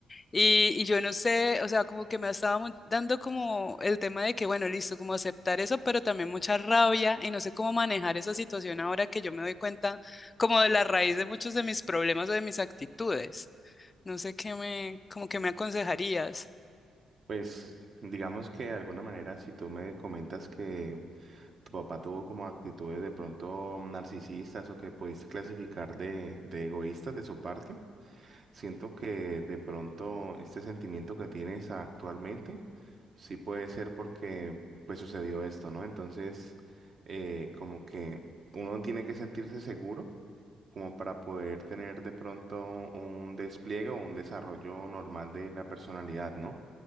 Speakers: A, on the left; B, on the right.
A: Y, y yo no sé, o sea, como que me estaba mon- dando como el tema de que, bueno, listo, como aceptar eso, pero también mucha rabia y no sé cómo manejar esa situación ahora que yo me doy cuenta como de la raíz de muchos de mis problemas o de mis actitudes. No sé qué me, como que me aconsejarías.
B: Pues digamos que de alguna manera si tú me comentas que tu papá tuvo como actitudes de pronto narcisistas o que pudiste clasificar de, de egoístas de su parte, Siento que de pronto este sentimiento que tienes actualmente sí puede ser porque pues sucedió esto, ¿no? Entonces, eh, como que uno tiene que sentirse seguro como para poder tener de pronto un despliegue o un desarrollo normal de la personalidad, ¿no?